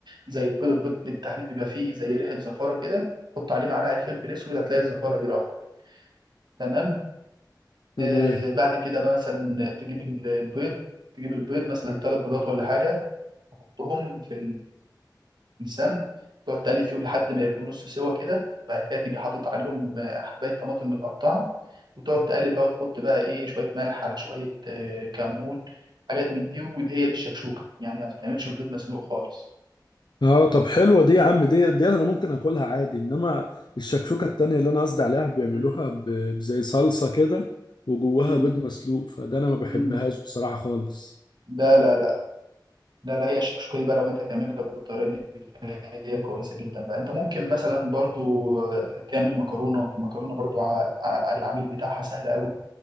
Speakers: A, on the right; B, on the left.
A: زي البيض البيض بالتحديد بيبقى فيه زي ريحة زفارة كده حط عليه معلقة فلفل أسود هتلاقي الزفارة دي راحت تمام
B: تمام
A: آه بعد كده بقى مثلا تجيب ال- البيض تجيب البيض مثلا ثلاث بيضات ولا حاجة تحطهم في لسان تقعد تقلب فيهم لحد ما يبقوا نص سوا كده بعد كده تيجي حاطط عليهم حبايه طماطم متقطعه وتقعد تقلب بقى وتحط بقى ايه شويه ملح على شويه آه، كمون حاجات من دي ودي هي دي الشكشوكه يعني ما بتتعملش ببيض مسلوق خالص
B: اه طب حلوه دي يا عم دي دي انا ممكن اكلها عادي انما الشكشوكه التانية اللي انا قصدي عليها بيعملوها
A: مم.
B: ب- بزي صلصه كده وجواها
A: مم.
B: بيض مسلوق فده انا ما بحبهاش
A: مم.
B: بصراحه خالص
A: لا لا لا لا لا هي الشكشوكه دي بقى لو انت تعملها بالطريقه دي هي كويسه جدا بقى انت ممكن مثلا برضو آه، تعمل مكرونه المكرونه برضو ع- ع- العميل بتاعها سهل قوي